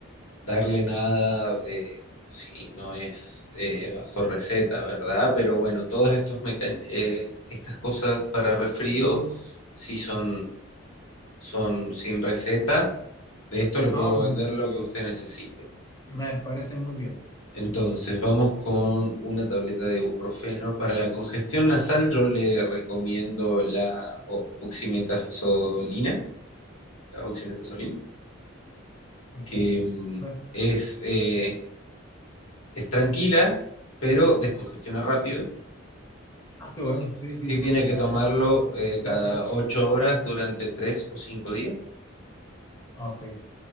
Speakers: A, on the left (about 85°); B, on the left (about 15°).
A: Darle nada, eh, sí, no es eh, bajo receta, ¿verdad? Pero bueno, todos estos meca- eh, estas cosas para resfrío sí son, son sin receta. De esto le puedo
B: Ah, mu-
A: vender lo que usted necesite.
B: me parece muy bien,
A: Entonces, vamos con una tableta de ibuprofeno. Para la congestión nasal, yo le recomiendo la o- oximetazolina, la oximetazolina,
B: ¿ok?
A: que mm,
B: Bueno,
A: es eh, Es tranquila, pero descongestiona rápido.
B: ah, qué bueno,
A: Sí,
B: sí,
A: sí
B: sí, porque
A: tiene que
B: ya,
A: tomarlo
B: ya,
A: eh,
B: ya,
A: cada
B: ya,
A: ocho horas
B: ya, ya,
A: durante
B: ya.
A: tres o cinco días.
B: Ah, Ok,